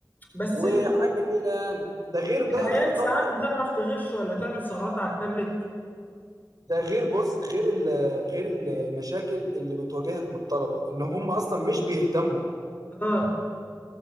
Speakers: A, on the left; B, on the right.
A: بس
B: وحاجه
A: ال-
B: نيله يعني ده غير ده
A: العيال
B: غير طبعا
A: ساعات بتعرف تغش ولا تعمل ثغرات على التابلت
B: ده غير بص غير ال غير ال- المشاكل اللي بتواجهك من الطلبه ان هم اصلا مش بيهتموا
A: اه